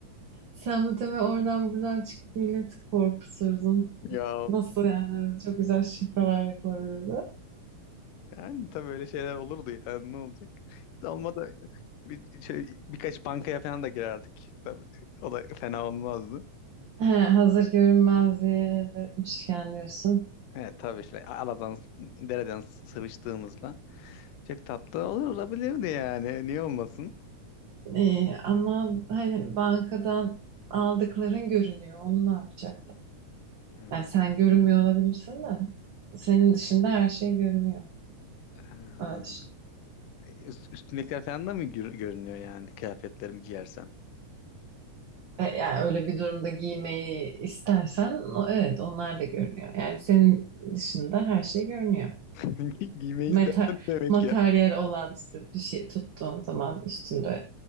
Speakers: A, on the right; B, on the left.
A: Sen bu deme oradan buradan çıkıp milleti korkuturdun.
B: <laughs> Ya
A: Nasıl yani? Çok güzel şakalar yapılabilirdi.
B: Yani tabii öyle şeyler olurdu yani ne olacak? Olmadı bir, şey, birkaç bankaya falan da girerdik. Tabii o da fena olmazdı.
A: He, hazır görünmezliğe de etmişken diyorsun.
B: Evet tabii işte aladan dereden s- sıvıştığımızla çok tatlı olur olabilirdi yani. Niye olmasın?
A: Ee, ama hani bankadan aldıkların görünüyor. Onu ne yapacaktın?
B: Hmm.
A: Yani sen görünmüyor olabilirsin de. Senin dışında her şey görünüyor.
B: Aha.
A: Öyle düşün.
B: Üst- Üstümdekiler falan da mı gör- görünüyor yani kıyafetlerimi giyersem?
A: E, Yani öyle bir durumda giymeyi istersen o- evet onlar da görünüyor. Yani senin dışında her şey görünüyor.
B: <laughs> Giymeyi
A: meta
B: istersen demek
A: materyal
B: ya.
A: olan işte bir şey tuttuğun zaman üstünde